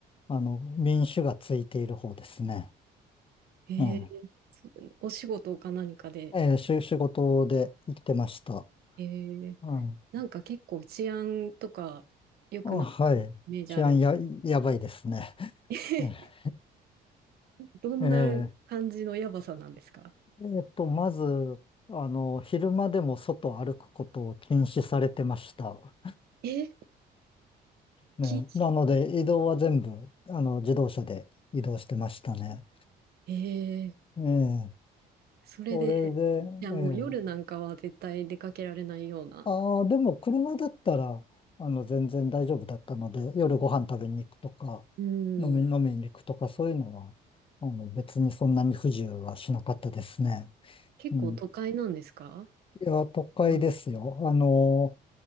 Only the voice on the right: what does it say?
へえ、
お仕事か何かで。
へえ、
なんか結構治安とか良くなさそうなイメージある。
<laughs>
どんな感じのやばさなんですか
え、
禁止。
ええ、
それで、
いやもう夜なんかは絶対出かけられないような。
うん、
結構都会なんですか
ま、